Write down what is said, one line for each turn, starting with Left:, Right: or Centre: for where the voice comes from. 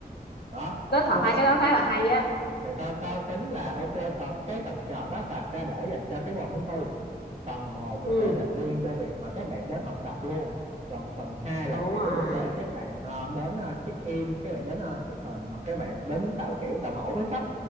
Right: đó
Left: kết hợp
Right: thì tao
Left: hai cái đó khá là hay á
Right: thì tao tao tính là ok tầng cái tầng trệt đó là sẽ để dành cho cái môn thứ tư tầng một
Left: ừ
Right: là sẽ dành riêng cho việc mà các bạn đến học tập luôn còn tầng hai
Left: đúng
Right: là kiểu
Left: rồi
Right: để các bạn ờ, đến ờ, check in các bạn đến ờ, chụp hình hoặc các bạn đến tạo kiểu tạo mẫu với sách